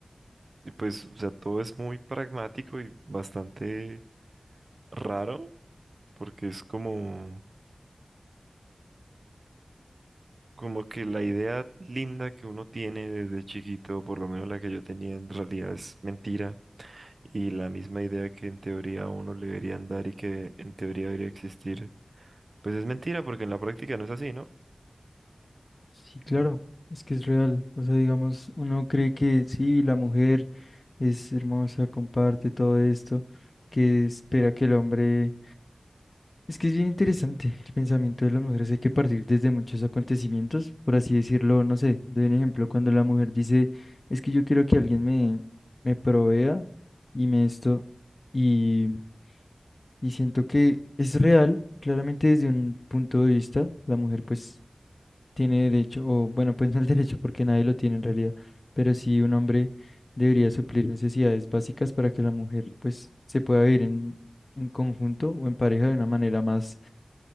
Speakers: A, on the right (about 65°); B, on the left (about 50°).
A: y pues, o sea, todo es muy pragmático y bastante raro porque es como... Como que la idea linda que uno tiene desde chiquito, por lo menos la que yo tenía, en realidad es mentira. Y la misma idea que en teoría a uno le deberían dar y que en teoría debería existir, pues es mentira porque en la práctica no es así, ¿no?
B: Sí, claro,
A: O,
B: es que es real. O sea, digamos, uno cree que sí, la mujer es hermosa, comparte todo esto, que espera que el hombre... Es que es bien interesante el pensamiento de las mujeres. Hay que partir desde muchos acontecimientos, por así decirlo, no sé, doy un ejemplo, cuando la mujer dice, es que yo quiero que alguien me, me provea y me esto, y, y siento que es real, claramente desde un punto de vista, la mujer pues tiene derecho, o bueno, pues no el derecho porque nadie lo tiene en realidad, pero sí un hombre debería suplir necesidades básicas para que la mujer pues se pueda vivir en, en conjunto o en pareja de una manera más